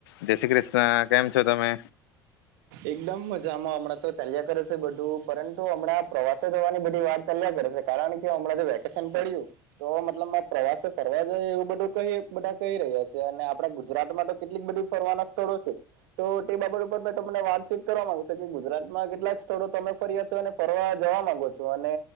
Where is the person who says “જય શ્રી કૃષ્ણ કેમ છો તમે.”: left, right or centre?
Left